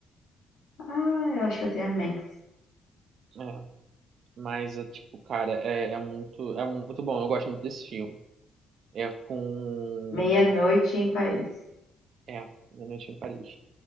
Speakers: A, on the left; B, on the right.
A: Ah, eu acho que eu tenho a Max.
B: É. Mas, é, tipo, cara, é, é muito, é muito bom. Eu gosto muito desse filme. É com.
A: Meia-noite em Paris.
B: É, Uma Noite em Paris.